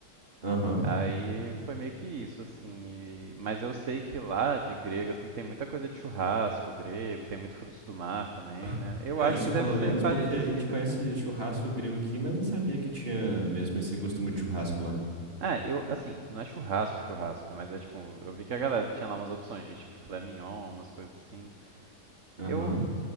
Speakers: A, on the right (about 35°); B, on the right (about 50°).
A: aham.
B: Aí foi meio que isso, assim. e- Mas eu sei que lá de grego, assim, tem muita coisa de churrasco grego, tem muito frutos do mar também,
A: <laughs>
B: né? Eu
A: Ah,
B: acho
A: isso
B: que deve
A: rola
B: ser
A: mesmo?
B: parecida
A: Porque a gente conhece
B: com.
A: churrasco grego aqui, mas não sabia que tinha mesmo esse costume de churrasco lá.
B: Ah, eu, assim, não é churrasco, churrasco, mas é tipo, eu vi que a galera tinha lá umas opções de tipo filé mignon, umas coisas assim.
A: Aham.
B: Eu,